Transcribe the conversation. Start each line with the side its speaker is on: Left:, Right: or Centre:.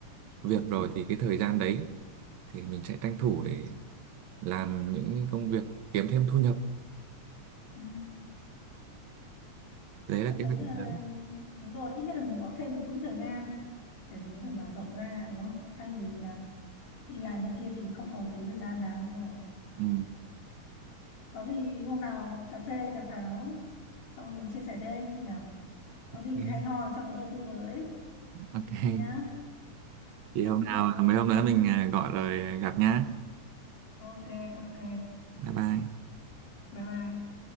Right: việc rồi thì cái thời gian đấy thì mình sẽ tranh thủ để làm những công việc kiếm thêm thu nhập
Left: Ừ.
Right: đấy
Left: Tôi
Right: là
Left: thấy
Right: kế hoạch
Left: là
Right: lớn
Left: đúng rồi ít nhất là mình có thêm một quỹ thời gian để mình có thể mở rộng ra đúng không thay vì à, đi làm như kia thì không còn tí thời gian nào nữa rồi
Right: ừ.
Left: có gì hôm nào cà phê cà pháo xong rồi mình chia sẻ thêm nhỉ có
Right: Ok.
Left: gì hay ho cho tớ đầu tư với
Right: Ok.
Left: nhá
Right: thì
Left: ok
Right: hôm nào mấy hôm nữa mình à, gọi rồi gặp nhá
Left: ok ok
Right: bye bye
Left: bye bye